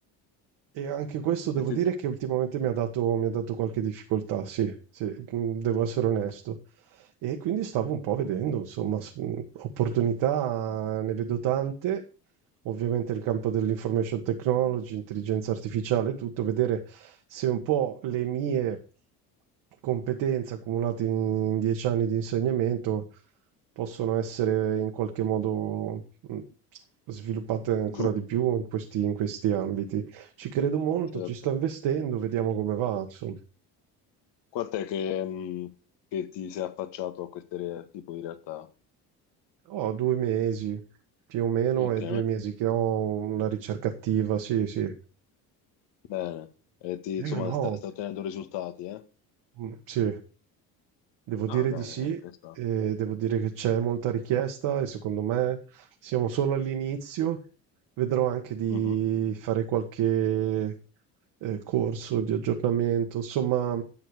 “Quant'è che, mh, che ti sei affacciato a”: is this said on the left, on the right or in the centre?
Left